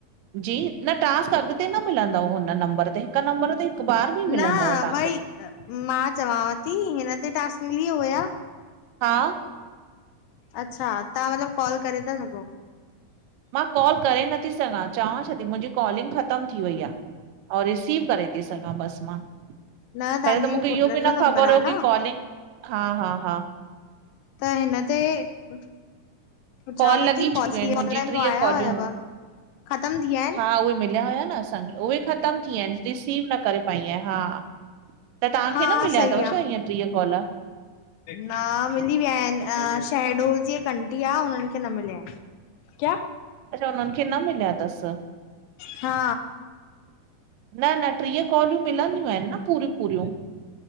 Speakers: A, on the right (about 80°); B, on the left (about 85°).
A: जी न टास्क अॻिते न मिलंदव हुन नम्बर ते हिकु नम्बर ते हिकु बार बि मिलंदव
B: न
A: तव्हांखे
B: वई मां चवांव थी हिन ते टास मिली हुया
A: हा
B: अच्छा तव्हां मतलब कॉल करे ता सघो।
A: मां कॉल करे नथी सघां चवां छा थी मुंहिंजी कॉलिंग ख़तम थी वई आ। और रिसीव करे थी सघां बस मां।
B: न तव्हांजी
A: पहले त मूंखे
B: पुट
A: इहो बि
B: जो
A: न
B: नंबर
A: ख़बर
B: आहे
A: हो
B: न
A: की कॉलिंग हा हा हा
B: त हिन ते पुछांव
A: कॉल लॻी
B: थी
A: चुकियूं
B: कॉल्स ‌कीयं
A: आहिनि मुंहिंजी
B: ऑन
A: टीह
B: आया
A: कॉलियूं
B: हुयव ख़तम थी वया‌ इन।
A: हा उहे मिलिया हुया न असांखे उहे ख़तम थी विया आहिनि रिसीव न करे पई आ हा त तव्हांखे
B: हा
A: न मिलिया
B: सही
A: तव
B: आ
A: छा ईअं ट्रीह कॉल।
B: न मिली विया आहिनि अं शहडोल जी इक आंटी आ हुनननि खे न मिली आहिनि। क्या?
A: अच्छा उन्हनि खे न मिलिया तस।
B: हा
A: न न ट्रीह कॉलियूं मिलंदियूं आहिनि न पूरियूं पूरियूं।